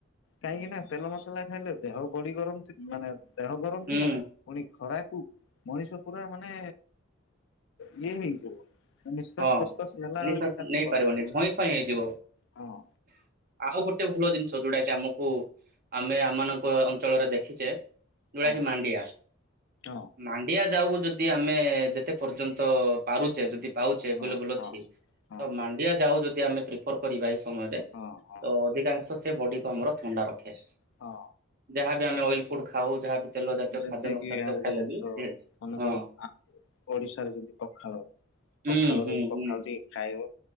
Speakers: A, on the left; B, on the right.
A: କାହିଁକି ନା ତେଲ ମସଲା ଖାଇଲେ ଦେହ ବଡି ଗରମ ମାନେ। ଦେହ ଗରମ
B: ହୁଁ
A: ପୁଣି ଖରାକୁ ମଣିଷ ପୁରା ମାନେ ଇଏ ହେଇଯିବ। ନିଶ୍ୱାସ
B: ହଁ
A: ପ୍ରଶ୍ୱାସ ନେଲା ବେଳେ
B: ନିଶା
A: ବି ତାକୁ
B: ନେଇପାରିବନି
A: କଷ୍ଟ ହବ
B: ଧଇଁ ସଇଁ ହେଇଯିବ।
A: ହଁ
B: ଆଉ ଗୋଟେ। ଭଲ ଜିନିଷ ଯୋଉଟା କି ଆମକୁ ଆମେ ଆମମାନଙ୍କ ଅଞ୍ଚଳରେ ଦେଖିଛେ ଯୋଉଟା
A: ହଁ
B: କିି ମାଣ୍ଡିଆ
A: ହଁ।
B: ମାଣ୍ଡିଆ ଯାଉକୁ ଯଦି ଆମେ ଯେତେ ପର୍ଯ୍ୟନ୍ତ ପାରୁଛେ ଯଦି ପାଉଛିେ ଏଭଲେବୁଲ
A: ହଁ ହଁ
B: ଅଛି
A: ହଁ
B: ତ ମାଣ୍ଡିଆ ଯାଉ ଯଦି ଆମେ ପ୍ରିଫର କରିବା। ସମୟରେ
A: ହଁ ହଁ
B: ତ ଅଧିକାଂଶ ସେ ବଡି କ ଆମର ଥଣ୍ଡା ରଖି ଆସ
A: ହଁ
B: ଯାହା। ଆମେ ଅଏଲ ଫୁଡ ଖାଉ ଯାହାବି ତେଲ ଜାତୀୟ
A: ଯେମିତି
B: ଖାଦ୍ୟ ମସା
A: କିି ଏହା ଗୋଟେ
B: ଖାଇଲେ
A: ଜିନିଷ
B: ବି
A: ମନେକର
B: ହଁ
A: ଓଡିଶାରେ ଯମିତି ପଖାଳ
B: ହୁଁ
A: ପଖାଳରେ
B: ହୁଁ
A: ପଖାଳ
B: ହୁଁ
A: ଟିକ ଖାଇବ